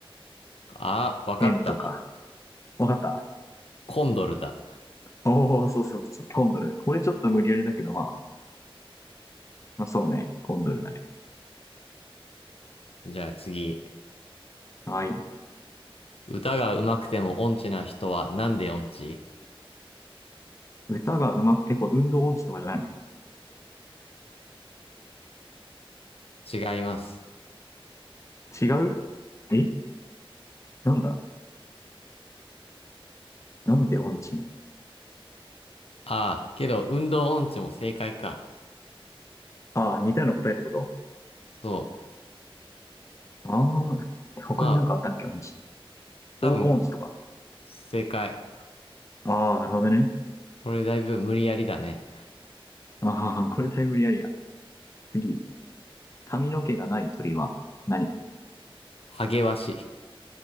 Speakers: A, on the left (about 85°); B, on the left (about 30°).
A: あ、わかった。
B: 円とか。わかった
A: コンドルだ。
B: おお、そうそうそう、コンドル。これちょっと無理やりだけど、まあ、まあ、そうね、コンドルだね。
A: じゃあ次。
B: はい。
A: 歌が上手くても音痴な人はなんで音痴
B: 歌がうまく、え、これ運動音痴とかじゃないの
A: 違います。
B: 違うえなんだなんで音痴
A: ああ、けど運動音痴も正解か。
B: ああー、似たような答えってこと
A: そ
B: ああ、え他になんかあったっけ音痴。
A: う。まあ、多分こ、
B: 方向音痴とか。
A: 正解。
B: ああ、なるほどね。
A: これだいぶ無理やりだね。
B: ああ、これだいぶ無理やりや。次。髪の毛がない鳥は何
A: ハゲワシ。